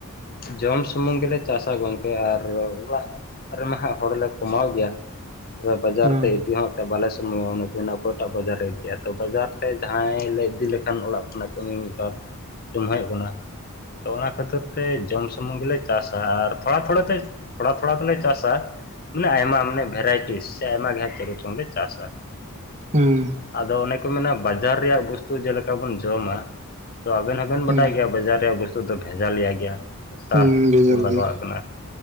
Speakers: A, on the left; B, on the right.
A: ᱡᱚᱢ ᱥᱩᱢᱩᱝ ᱜᱮᱞᱮ ᱪᱟᱥᱟ ᱜᱚᱝᱠᱮ ᱟᱨ ᱚᱲᱟᱜ ᱨᱮᱢᱟ ᱦᱟᱸᱜ ᱦᱚᱲᱞᱮ ᱠᱚᱢᱟᱣ ᱜᱮᱭᱟ ᱛᱚᱵᱮ ᱵᱟᱡᱟᱨ
B: ᱦᱩᱸ
A: ᱛᱮ ᱤᱫᱤ ᱦᱚᱸ ᱵᱟᱞᱮ ᱥᱚᱢᱚᱭᱚᱜ-ᱟ ᱚᱱᱟ ᱠᱤᱱᱟ ᱚᱠᱚᱭᱴᱟᱜ ᱵᱟᱡᱟᱨ ᱨᱮ ᱤᱫᱤᱭᱟ ᱛᱚ ᱵᱟᱡᱟᱨ ᱛᱮ ᱡᱟᱦᱟᱸᱭ ᱞᱮ ᱤᱫᱤ ᱞᱮᱠᱷᱟᱱ ᱚᱲᱟᱜ ᱚᱱᱚ ᱠᱟᱹᱢᱤ ᱢᱤᱫ ᱵᱟᱨ ᱡᱟᱹᱢᱦᱟᱹᱭᱚᱜ ᱠᱟᱱᱟ᱾ ᱛᱚ ᱚᱱᱟ ᱠᱷᱟᱹᱛᱤᱨ ᱛᱮ ᱡᱚᱢ ᱥᱩᱢᱩᱝ ᱜᱮᱞᱮ ᱪᱟᱥᱟ ᱟᱨ ᱛᱷᱚᱲᱟ ᱛᱷᱚᱲᱟ ᱛᱮ ᱛᱷᱳᱚᱲᱟ ᱛᱷᱚᱲᱟ ᱛᱮᱞᱮ ᱪᱟᱥᱟ᱾ ᱢᱟᱱᱮ ᱟᱭᱢᱟ ᱢᱟᱱᱮ ᱵᱷᱮᱨᱟᱭᱴᱤ ᱥᱮ ᱟᱭᱢᱟ ᱜᱮ ᱦᱟᱸᱜ ᱪᱮᱜ ᱠᱚᱪᱚᱝ ᱞᱮ ᱪᱟᱥᱟ᱾
B: ᱦᱩᱸ᱾
A: ᱟᱫᱚ ᱚᱱᱮ ᱠᱚ ᱢᱮᱱᱟ ᱵᱟᱡᱟᱨ ᱨᱮᱭᱟᱜ ᱵᱚᱥᱛᱩ ᱡᱮᱞᱮᱠᱟ ᱵᱚᱱ ᱡᱚᱢᱟ ᱛᱚ ᱟᱵᱮᱱ ᱦᱚᱸ ᱵᱮᱱ
B: ᱦᱩᱸ
A: ᱵᱟᱰᱟᱭ ᱜᱮᱭᱟ ᱵᱟᱡᱟᱨ ᱨᱮᱭᱟᱜ ᱵᱚᱥᱛᱩ ᱫᱚ ᱵᱷᱮᱡᱟᱞᱤᱭᱟ ᱜᱮᱭᱟ ᱥᱮ ᱥᱟᱨ
B: ᱦᱩᱸ ᱰᱤᱡᱮᱞ
A: ᱠᱚ ᱞᱟᱜᱟᱣᱟᱜ
B: ᱜᱮ
A: ᱠᱟᱱᱟ᱾